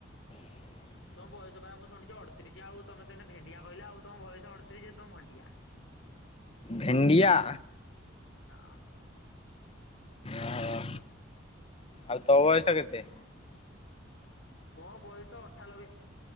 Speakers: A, on the left (about 30°); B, on the left (about 70°).
A: <inaudible>
B: ତମ ବୟସ ପରା ମୁଁ ଶୁଣିଛି ଅଠତିରିଶ ଆଉ ତମେ ତ ଏଇନା ଭେଣ୍ଡିଆ କହିଲ ଆଉ ତମ ବୟସ ଅଡତିରିଶ ତମେ ଭେଣ୍ଡିଆ।
A: ଭେଣ୍ଡିଆ।
B: ହଁ।
A: ଓହୋ। ଆଉ ତୋ ବୟସ କେତେ?
B: ମୋ ବୟସ ଅଠାଲବେ।